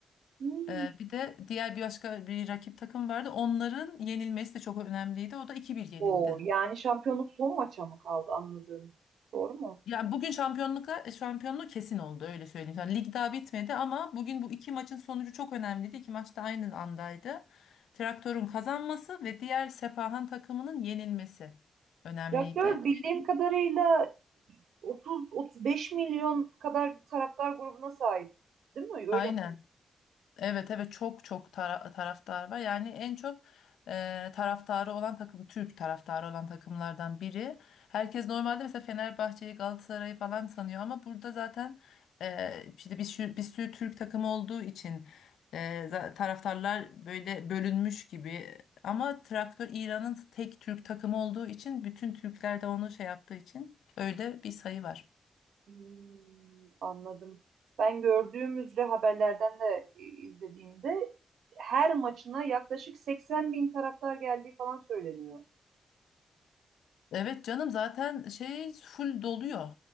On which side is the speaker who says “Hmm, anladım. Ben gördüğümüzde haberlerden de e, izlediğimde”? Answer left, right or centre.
Right